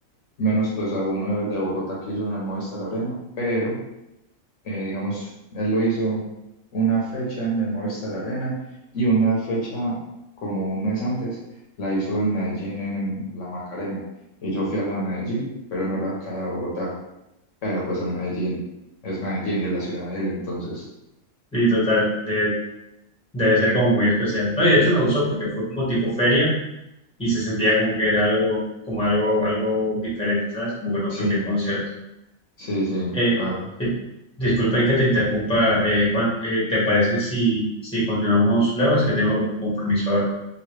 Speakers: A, on the left (about 65°); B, in the centre.
A: menos pues a uno de, de Bogotá que hizo en el Movistar Arena, pero eh, digamos, él lo hizo una fecha en el Movistar Arena y una fecha como un mes antes la hizo en Medellín en, en la Macarena. Y yo fui a la de Medellín, pero no la acá de Bogotá, pero pues a Medellín, es Medellín y es la ciudad de él, entonces,
B: Y total, de- debe ser como muy especial. No, y de hecho me gustó porque fue como tipo feria y se sentía como que era algo, como algo, algo diferente, ¿sabes? Como que no
A: sí,
B: cualquier concierto.
A: sí, sí.
B: Eh,
A: claro.
B: eh, disculpa y que te interrumpa, eh, Juan. Eh, ¿te parece si, si continuamos luego? Es que tengo como un compromiso ahora.